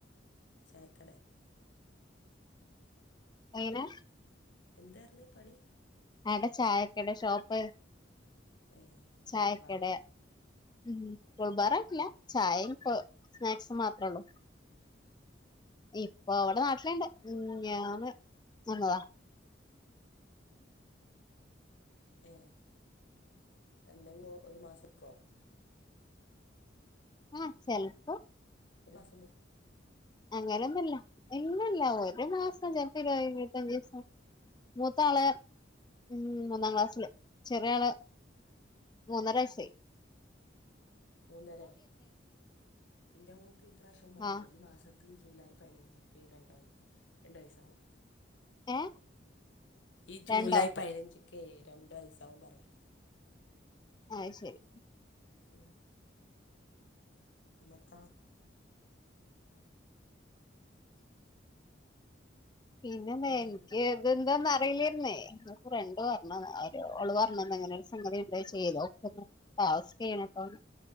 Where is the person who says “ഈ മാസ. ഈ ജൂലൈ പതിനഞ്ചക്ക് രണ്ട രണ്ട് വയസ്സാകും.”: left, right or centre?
Left